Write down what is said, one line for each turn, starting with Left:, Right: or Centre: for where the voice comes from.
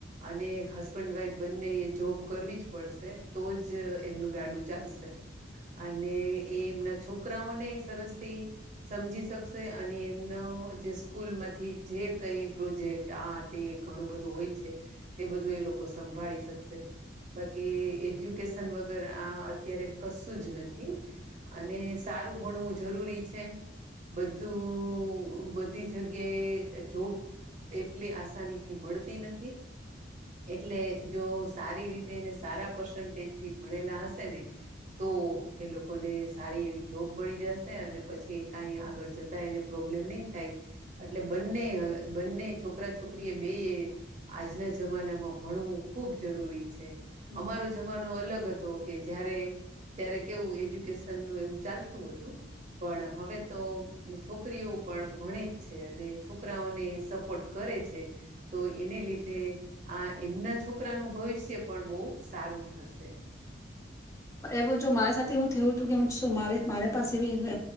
Right: અને હસબન્ડ વાઈફ બંને જોબ કરવી જ પડશે તો જ એમનું ગાડું ચાલશે છે <unintelligible> અને એ એમના છોકરાઓને સરસથી સમજી શકશે અને એમનો જે સ્કૂલમાંથી જે કંઈ પ્રોજેક્ટ આ તે ઘણું બધું હોય છે તે બધું એ લોકો સંભાળી શકશે બાકી એજ્યુકેશન વગર આ અત્યારે કશું જ નથી અને સારું ભણવું જરૂરી છે બધું બધી જગ્યાએ જોબ એટલી આસાનીથી મળતી નથી એટલે જો સારી રીતે એને સારા પર્સન્ટેજથી ભણેલા હશે ને તો એ લોકોને સારી એવી જોબ મળી જશે અને પછી કાઈ આગળ જતા એને પ્રોબ્લેમ નહી થાય અટલે બંને બંને છોકરા છોકરી એ બેએ આજના જમાનામાં ભણવું ખૂબ જરૂરી છે
Left: હમ
Right: અમારો જમાનો અલગ હતો કે જ્યારે ત્યારે કેવું એજ્યુકેશનનું એવું ચાલતું હતું પણ હવે તો છોકરીઓ પણ ભણે જ છે અને છોકરાઓને સપોર્ટ કરે છે તો એને લીધે આ એમના છોકરાનું ભવિષ્ય પણ બહુ સારું થશે.
Left: એવું જો મારી સાથે હું થયું હતું કે શું માર મારે પાસે બી